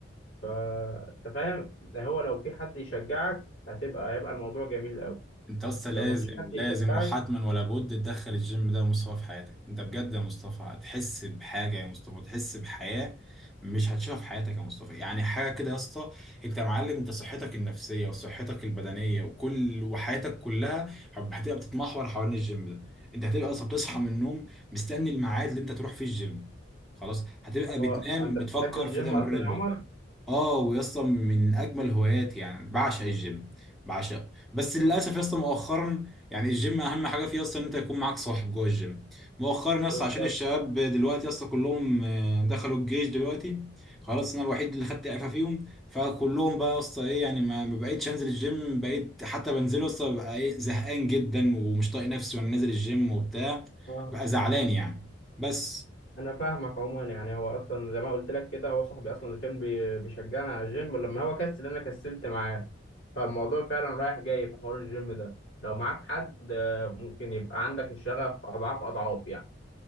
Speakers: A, on the left (about 70°); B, in the centre.
A: فانت فاهم ده هو لو في حد يشجعك هتبقى هيبقى الموضوع جميل قوي
B: انت اصلا
A: لو
B: لازم
A: ما فيش حد
B: لازم
A: يشجعك
B: وحتما ولا بد تدخل الجيم ده يا مصطفى في حياتك انت بجد يا مصطفى هتحس بحاجه يا مصطفى تحس بحياه مش هتشوفها في حياتك يا مصطفى يعني حاجه كده يا اسطى انت يا معلم انت صحتك النفسيه وصحتك البدنيه وكل وحياتك كلها هب- هتبقى بتتمحور حوالين الجيم ده انت هتبقى اصلا بتصحى من النوم مستني الميعاد اللي انت تروح فيه الجيم خلاص هتبقى
A: اه
B: بتنام
A: انت
B: بتفكر
A: بتحب الجيم
B: في تمرين
A: اصلا يا عمر
B: بكره اه ويا اسطى من اجمل هواياتي يعني بعشق الجيم بعشق بس للاسف
A: آه،
B: يا اسطى مؤخرا يعني الجيم اهم حاجه فيه اصلا ان انت يكون معاك صاحب جوه الجيم مؤخرا يا اسطى
A: بالظبط
B: عشان الشباب دلوقتي يا اسطى كلهم آه، دخلوا الجيش دلوقتي خلاص انا الوحيد اللي خدت اعفاء فيهم فكلهم بقى يا اسطى ايه يعني ما ما بقيتش انزل الجيم بقيت حتى بنزله يا اسطى ببقى ايه زهقان جدا ومش طايق نفسي وانا نازل الجيم وبتاع
A: اه
B: بقى زعلان يعني بس
A: انا فاهمك عموما يعني هو اصلا زي ما قلت لك كده هو صاحبي اصلا اللي كان بي- بيشجعني على الجيم ولما هو كسل انا كسلت معاه فالموضوع فعلا رايح جاي في حوار الجيم ده لو معاك حد آه، ممكن يبقى عندك الشغف اضعاف اضعاف